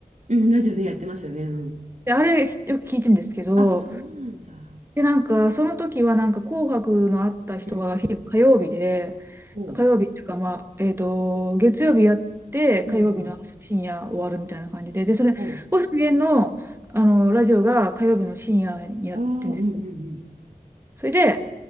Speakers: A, on the right; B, on the right.
A: うん、ラジオでやってますよね。うん。
B: で、あれよく聞いてるんですけど、
A: あ、そうなんだ。
B: で、なんか、その時は、なんか、紅白のあった人は、
A: うん。
B: 日火曜日で、
A: おう。
B: 火曜日っていうか、まあ、えっと、月曜日やって、火曜日の深夜終わるみたいな感じで、
A: うんうん。
B: で、それ、
A: おう。
B: 星野源の、あの、ラジオが火曜日の深夜にやってんですよ。
A: ああ、うんうんうん。
B: それで、